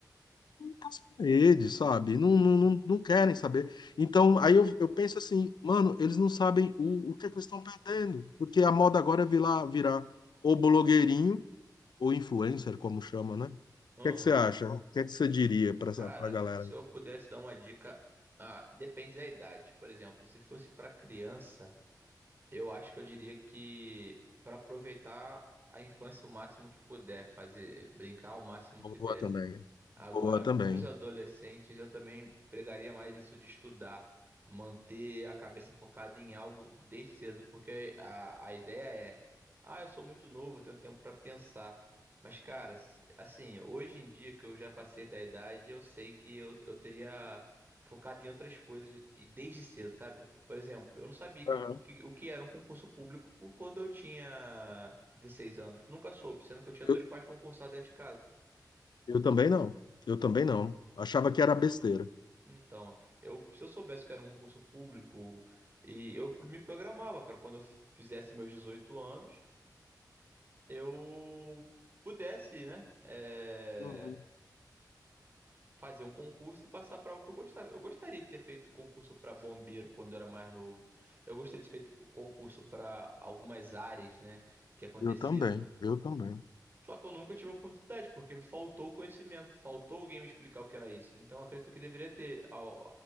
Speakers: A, on the left; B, on the right.
A: As paredes, sabe? Não, não, não, não querem saber. Então, aí eu, eu penso assim, mano, eles não sabem o, o que, é que eles estão perdendo. Porque a moda agora é virar, virar ou blogueirinho, ou influencer, como chama, né? O
B: uhum.
A: que é que você acha? O que é que você diria para essa,
B: Cara,
A: para a galera?
B: se eu pudesse dar uma dica, ah, depende da idade. Por exemplo, se fosse pra criança, eu acho que eu diria que pra aproveitar a infância o máximo que puder, fazer brincar o máximo
A: Boa
B: que der.
A: também.
B: Agora,
A: Boa também.
B: para os adolescentes, eu também pregaria mais isso de estudar, manter a cabeça focada em algo desde cedo, porque a, a ideia é, ah, eu sou muito novo, eu tenho tempo para pensar. Mas, cara, se- assim, hoje em dia que eu já passei da idade, eu sei que eu, eu teria focado em outras coisas e desde cedo, sabe? Por exemplo, eu não sabia que-
A: Aham.
B: o que, o que era um concurso público quando eu tinha 16 anos. Nunca soube, sendo que eu tinha
A: Eu,
B: dois pais concursados dentro de casa.
A: eu também não. Eu também não. Achava que era besteira.
B: Então, eu, se eu soubesse que era um concurso público e eu me programava para quando eu fizesse meus 18 anos, eu pudesse, né, é,
A: Uhum.
B: fazer um concurso e passar para o que eu gostava. Eu gostaria de ter feito concurso para bombeiro quando eu era mais novo. Eu gostaria de ter feito concurso para algumas áreas, né, que aconteceram.
A: Eu também. Eu também.
B: Só que eu nunca tive oportunidade, porque me faltou o conhecimento, faltou alguém me explicar o que era isso. Então eu acredito que deveria ter ao-